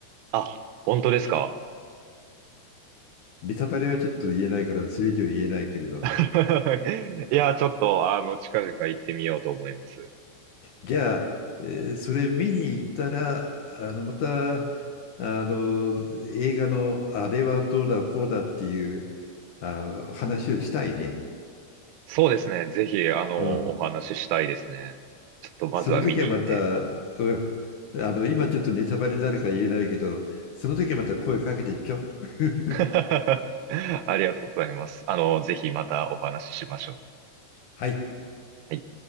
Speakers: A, on the right; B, on the left.
A: あ、本当ですか
B: ネタバレはちょっと言えないから、それ以上言えないけれど、
A: <laughs> いや、ちょっと、あの、近々行ってみようと思います。
B: じゃあ、えーそれ見に行ったら、あの、また、あの、映画のあれはどうだ、こうだっていう、あ、話をしたいね。
A: そうですね。ぜひ、あの、
B: うん。
A: お話ししたいですね。ちょっとまずは見に行って。
B: その時はまた、うん。あの、今ちょっとネタバレになるから言えないけど、その時はまた声かけてちょ。<laughs>
A: <laughs> ありがとうございます。あの、ぜひまたお話ししましょう。
B: はい。
A: はい